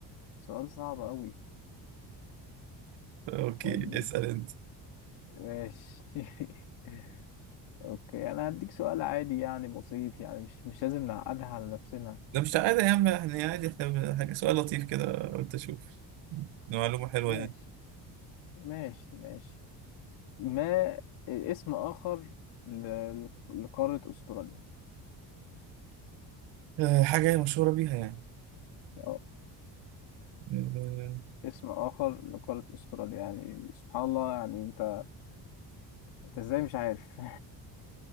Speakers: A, on the left; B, on the right.
A: سؤال صعب قوي
B: <laughs> اوكي
A: طيب
B: اسأل انت
A: ماشي <laughs> اوكي انا هديك سؤال عادي يعني بسيط يعني مش مش لازم نعقدها على نفسنا
B: ده مش عادي يا عم احنا عادي احنا ب- حاجة سؤال لطيف كده قلت اشوف معلومة حلوة
A: ماشي
B: يعني
A: ماشي ماشي ما اسم اخر ل- لقارة استراليا
B: آه، حاجة هي مشهورة بيها
A: اه
B: يعني
A: اسم اخر لقارة استراليا يعني سبحان الله يعني انت انت ازاي مش عارف